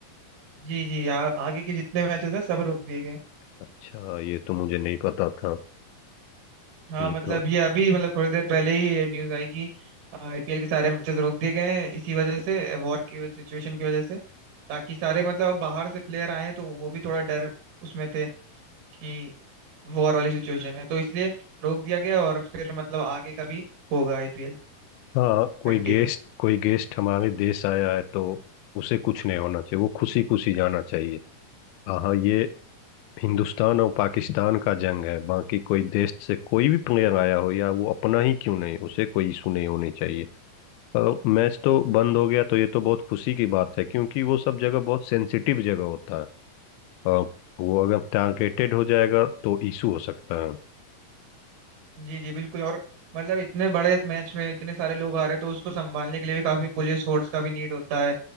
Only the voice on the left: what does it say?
अच्छा ये तो मुझे नहीं पता था
ये
तो
हाँ कोई
गेस्ट कोई गेस्ट हमारे देश आया है तो उसे कुछ नहीं होना चाहिए वो खुशी खुशी जाना चाहिए हाँ हाँ, ये हिंदुस्तान और पाकिस्तान का जंग है बाकी कोई देश से कोई भी प्लेयर आया हो या वो अपना ही क्यों नहीं उसे कोई इशू नहीं होनी चाहिए और मैच तो बंद हो गया तो ये तो बहुत खुशी की बात है क्योंकि वो सब जगह बहुत सेंसिटिव जगह होता है और वो अगर टारगेटेड हो जाएगा तो इशू हो सकता है